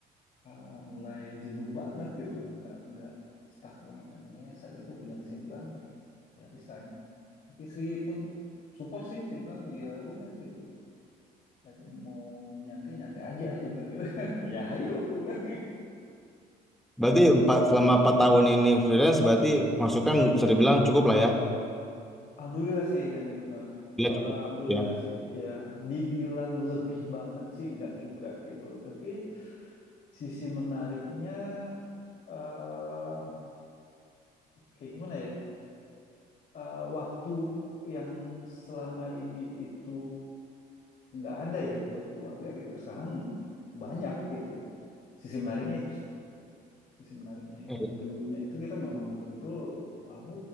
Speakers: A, on the left; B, in the centre.
A: Ah, mulai jenuh banget gitu loh nggak nggak stuck banget ya makanya saat itu punya kesimpulan ya resign tapi istri pun support sih dia bilang ya udah gitu saat ini mau nyantai nyantai aja dia bilang gitu <laughs> ya ayo aku bilang.
B: Berarti empat, selama empat tahun ini freelance berarti masukan bisa dibilang cukup lah ya.
A: Alhamdulillah sih Gani, bener.
B: Bila
A: Eh,
B: cukup
A: Alhamdulillah
B: ya.
A: sih, ya. Dibilang lebih banget sih, nggak juga gitu loh. Tapi sisi menariknya, eh kayak gimana ya? Eh, waktu yang selama ini itu nggak ada ya buat keluarga gitu. Sekarang banyak gitu loh. Sisi menariknya itu sih. Sisi menariknya.
B: Iya.
A: Yang dulunya itu kita memang betul-betul aku